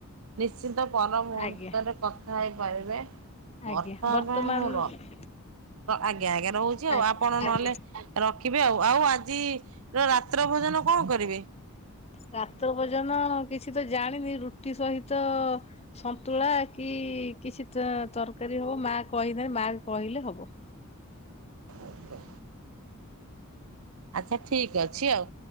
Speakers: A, on the right; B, on the left.
A: ନିଶ୍ଚିନ୍ତ ପର ମୁହୂର୍ନ୍ତରେ
B: ଆଜ୍ଞା
A: କଥା ହେଇପାରିବେ। ବର୍ଷା
B: ଆଜ୍ଞା ବର୍ତ୍ତମାନ
A: ପାଇଁ ମୁଁ ର ଆଜ୍ଞା ଆଜ୍ଞା ରହୁଛି ଆଉ
B: ଆଜ୍ଞା
A: ଆପଣ
B: ଆଜ୍ଞା।
A: ନହେଲେ ର ରଖିବେ ଆଉ ଆଉ ଆଜିର ରାତ୍ର ଭୋଜନ କଣ କରିବେ?
B: ରାତ୍ର ଭୋଜନ କିଛି ତ ଜାଣିନି ରୁଟି ସହିତ ସନ୍ତୁଳା କି-ଇ-ଇ କିଛି ତ ତରକାରୀ ହବ ମା କହିଦେଲେ ମା କହିଲେ ହବ।
A: ଆା ଆଚ୍ଛା ଠିକ ଅ ଅଛି ଆଉ